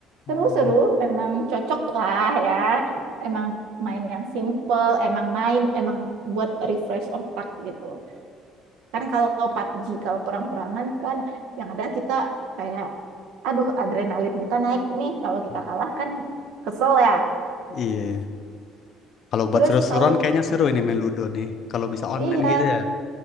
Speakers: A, on the left; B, on the right.
A: Oh
B: Seru-seru, emang cocok lah ya. Emang main yang simple, emang main, emang buat refresh otak gitu. Kan kalau PUBG, kalau perang-perangan kan yang ada kita kayak, aduh adrenalin kita naik nih. Kalau kita
A: iya.
B: kalah kan kesel ya.
A: iya. Kalau buat
B: Terus
A: seru-seruan
B: kalau,
A: kayaknya seru ini main Ludo nih. Kalau bisa online
B: iya,
A: gitu ya.